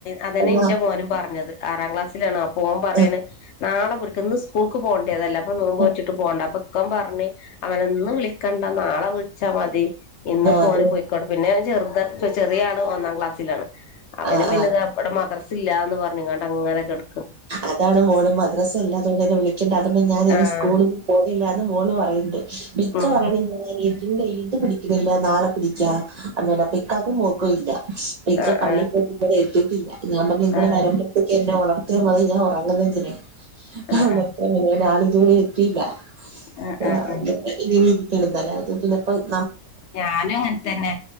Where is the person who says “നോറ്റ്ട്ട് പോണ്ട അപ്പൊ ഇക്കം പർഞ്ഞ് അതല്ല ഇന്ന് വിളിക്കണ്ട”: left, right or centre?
Left